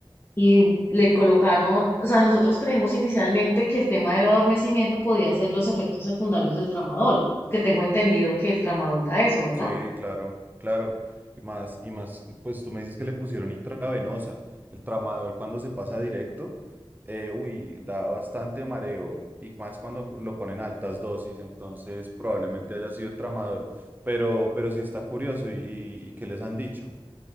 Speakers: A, on the left; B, on the right.
A: y le colocaron, o sea, nosotros creímos inicialmente que el tema del adormecimiento podía ser los efectos secundarios del tramadol, que tengo entendido que el tramadol da eso, ¿verdad?
B: Sí, claro, claro. Y más, y más, pues tú me dices que le pusieron intravenosa. El tramador cuando se pasa directo, eh, uy, da bastante mareo. Y más cuando lo ponen a altas dosis, entonces probablemente haya sido el tramador. Pero, pero sí está curioso. ¿Y, y, y qué les han dicho?